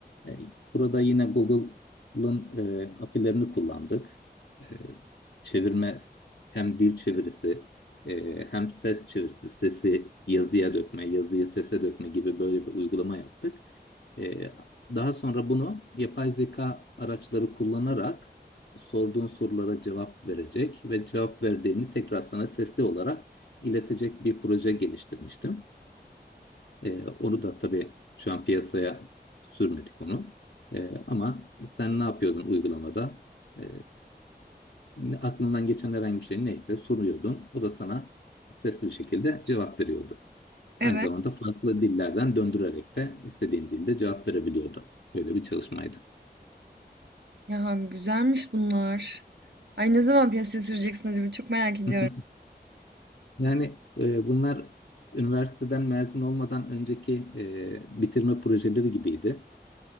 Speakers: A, on the left (about 85°); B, on the right (about 85°).
A: E, burada yine Google'ın e, API'lerini kullandık. E, çevirme hem dil çevirisi e, hem ses çevirisi, sesi yazıya dökme, yazıyı sese dökme gibi böyle bir uygulama yaptık. E, daha sonra bunu yapay zeka araçları kullanarak sorduğun sorulara cevap verecek ve cevap verdiğini tekrar sana sesli olarak iletecek bir proje geliştirmiştim. Ee, onu da tabii şu an piyasaya sürmedik onu. Ee, ama sen ne yapıyordun uygulamada? Ee, ne- aklından geçen herhangi bir şey neyse soruyordun. O da sana sesli bir şekilde cevap veriyordu.
B: Evet.
A: Aynı zamanda farklı dillerden döndürerek de istediğin dilde cevap verebiliyordu. Böyle bir çalışmaydı.
B: Ya güzelmiş bunlar. Ay ne zaman piyasaya süreceksin acaba? Çok merak ediyorum.
A: <laughs> Yani e, bunlar üniversiteden mezun olmadan önceki e, bitirme projeleri gibiydi.